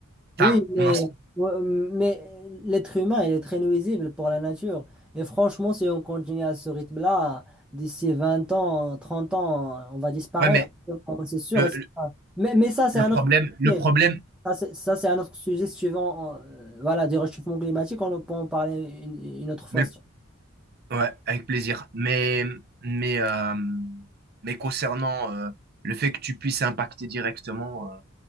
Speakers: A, in the centre; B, on the right.
A: Oui,
B: Enfin,
A: mais,
B: on en sait.
A: ouais, mais l'être humain, il est très nuisible pour la nature. Et franchement, si on continue à ce rythme-là, d'ici 20 ans, 30 ans, on va disparaître.
B: Ouais, mais
A: C'est sûr.
B: le,
A: et certain.
B: le
A: Mais, mais ça, c'est
B: le
A: un
B: problème,
A: autre
B: le
A: sujet.
B: problème,
A: Ça, c'est ça, c'est un autre sujet suivant, euh, voilà, du réchauffement climatique. On peut en parler une, une autre fois.
B: mais Ouais, avec plaisir. Mais, mais, euh, mais concernant euh, le fait que tu puisses impacter directement euh,